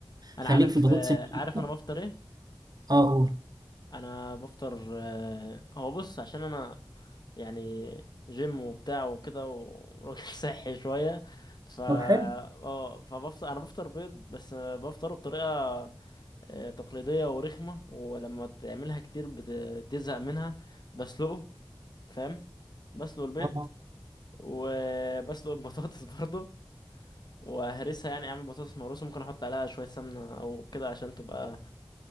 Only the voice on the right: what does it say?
خليك
في البطاطس
المهروسة.
اه قول
طب حلو
اه